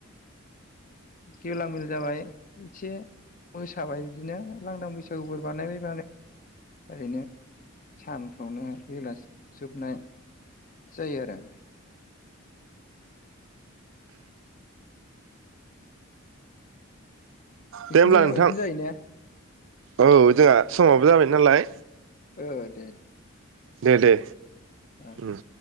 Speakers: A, on the left; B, on the right.
A: गेवलां मेल जाबाय एसे मोसाबाय इदिनो लांदां बैसा गु बानायबाय बानाय ओरैनो सानफ्रावनो बेलासि जोबनाय जायो आरो नोंसिनि
B: दे होमब्ला
A: जिल्लायाव
B: नोंथां
A: बिदिनो जायो ने
B: औ जोंहा समावबो जाबाय नालाय
A: ओ दे
B: दे दे।
A: ओ
B: ओम।